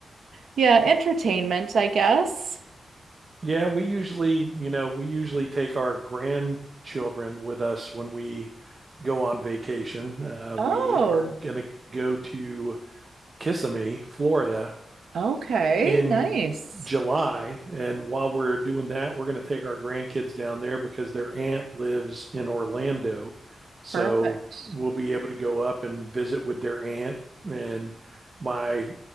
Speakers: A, on the right (about 80°); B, on the right (about 35°).
A: yeah, entertainment, I guess.
B: Yeah, we usually, you know, we usually take our grandchildren with us when we go on vacation. Uh,
A: Oh,
B: we are going to go to Kissimmee, Florida
A: okay.
B: in
A: Nice.
B: July. And while we're doing that, we're going to take our grandkids down there because their aunt lives in Orlando. So
A: Perfect.
B: we'll be able to go up and visit with their aunt. And my